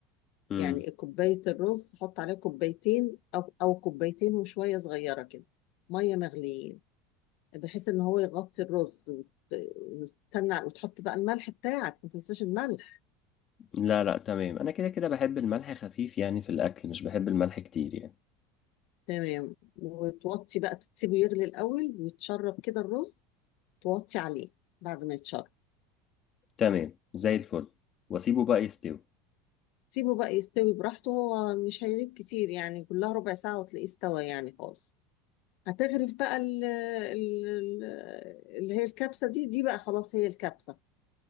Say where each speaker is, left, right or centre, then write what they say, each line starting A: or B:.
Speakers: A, on the left (about 35°); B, on the left (about 65°).
A: مم.
B: يعني كوبايه الرز حط عليها كوبايتين او او كوبايتين وشويه صغيره كده ميه مغليين بحيث ان هو يغطي الرز وت... وتستنى وتحط بقى الملح بتاعك ما تنساش الملح
A: لا لا تمام أنا كده كده بحب الملح خفيف يعني في الأكل مش بحب الملح كتير يعني
B: تمام وتوطي بقى تسيبه يغلي الاول ويتشرب كده الرز توطي عليه بعد ما يتشرب
A: تمام زي الفل وأسيبه بقى يستوي
B: سيبه بقى يستوي براحته هو مش هيغيب كتير يعني كلها ربع ساعة وتلاقيه استوى يعني خالص هتغرف بقى ال ال ال اللي هي الكبسة دي دي بقى خلاص هي الكبسة